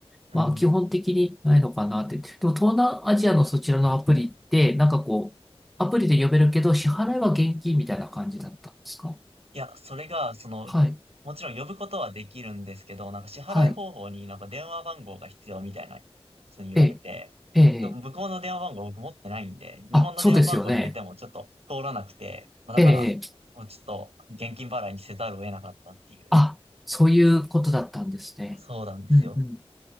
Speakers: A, on the right; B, in the centre.
A: うん。
B: まあ、基本的にないのかなって。でも、東南アジアのそちらのアプリって、なんかこう、アプリで呼べるけど、支払いは現金みたいな感じだったんですか
A: いや、それが、その、
B: はい。
A: もちろん呼ぶことはできるんですけど、なんか支払い方法になんか電話番号が必要みたいな、
B: はい。
A: そう言われて、
B: ええ、ええ、ええ
A: でも向こうの電話番号僕持ってないんで、日本の電話番号入れてもちょっと通らなくて、
B: あ、そうですよね。
A: まあだから、
B: ええ、ええ
A: もうちょっと現金払いにせざるを得なかったっていう、
B: あ、そういうことだったんですね。
A: そうなんですよ。
B: うん、うん。